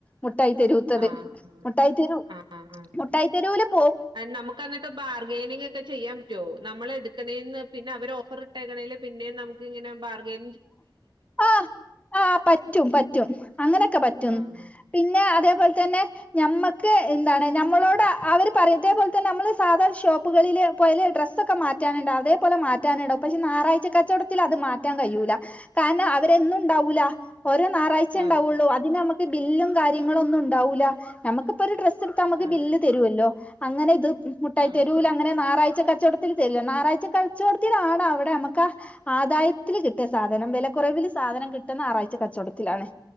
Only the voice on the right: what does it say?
ആഹ്
ആഹ്
നമുക്ക് എന്നിട്ട് ബാർഗെനിങ് ഒക്കെ ചെയ്യാം പറ്റുമോ നമ്മള് എടുക്കണെന്ന് പിന്നെ അവര് ഓഫർ ഇട്ടേക്കണെന് പിന്നെ നമുക്ക്‌ ഇങ്ങനെ ബാർഗെ-
ആഹ്
ആഹ്
ആഹ്
ആഹ്